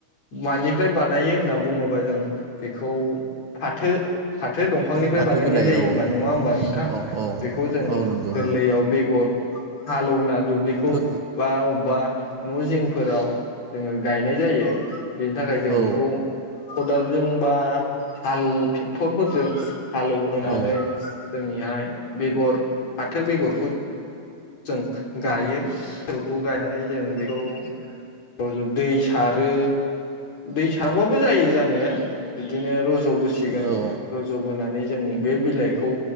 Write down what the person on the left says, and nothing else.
मानिफ्राय बानायो होनना बुंङोबा जों बेखौ फाथो फा थो दंफांनिफ्राय
बानायनाय
जायो
होमबा नंङा होमबा नोंथां
बेखौ जों
गोरलैयाव
बेगर हालौना दु ब्लिखौ
बा अबबा न जिंफोराव जोंङो गायनाय जायो। बेनि थाखाय जों
बेखौ खदालजों जों बा हालुवो ट्रेक्टरफोरजों हालौ होनानै
जोंनिहाय बेगर फाथो बेगरखौ जों गायो बेफोरखौ गायनानै जों बेखौ जों दै सारो दै साराबाबो जायो जानाया। बिदिनो रज'बोसिगोन
रज'बोनानै जों बे बिलाइखौ